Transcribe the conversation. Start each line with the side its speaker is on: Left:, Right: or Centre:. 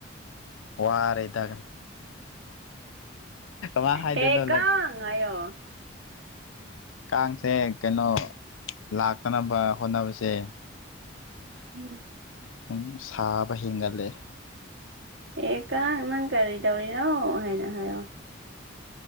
Left: ꯋꯥꯔꯦꯗ ꯃ ꯍꯥꯏꯗꯅꯣꯂꯛ
Right: ꯍꯦ ꯀꯥꯡ ꯍꯥꯏꯌꯣ
Left: ꯀꯥꯡꯁꯦ ꯀꯩꯅꯣ ꯂꯥꯛꯇꯅꯕ ꯍꯣꯠꯅꯕꯁꯦ
Right: ꯎꯝ
Left: ꯝ ꯁꯥꯕ ꯍꯦꯟꯒꯠꯂꯑꯦ
Right: ꯑꯦꯀ ꯅꯪ ꯀꯔꯤ ꯇꯧꯔꯤꯔꯣ ꯍꯥꯏꯅ ꯍꯥꯏꯌꯣ